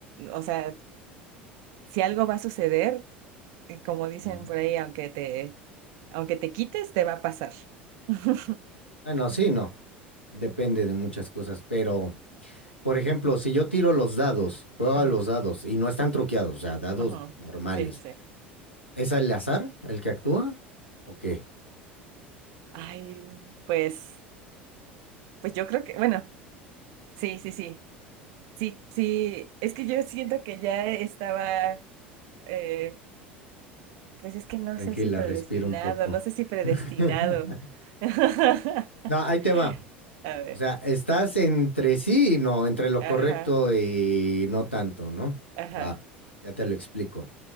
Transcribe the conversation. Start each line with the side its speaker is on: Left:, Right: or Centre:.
Right: o sea, si algo va a suceder, eh, como dicen
Left: Mm.
Right: por ahí, aunque te, aunque te quites, te va a pasar. <laughs>
Left: Bueno, sí, no. Depende de muchas cosas. Pero, por ejemplo, si yo tiro los dados, juego
Right: Ujú,
Left: a los dados y no están truqueados, o sea, dados
Right: ujú.
Left: normales,
Right: Sí, sí, sí.
Left: ¿es el azar el que actúa? ¿O qué?
Right: Ay, pues, pues yo creo que, bueno, sí, sí, sí, sí, sí, es que yo siento que ya estaba, eh, Pues es que no
Left: Tranquila,
Right: sé si predestinado,
Left: respira un poco.
Right: no sé si predestinado.
Left: <laughs>
Right: <laughs>
Left: No, ahí te va.
Right: A ver,
Left: O sea, estás entre sí y no, entre lo
Right: ajá,
Left: correcto y no tanto, ¿no?
Right: ajá,
Left: Va, ya te lo explico.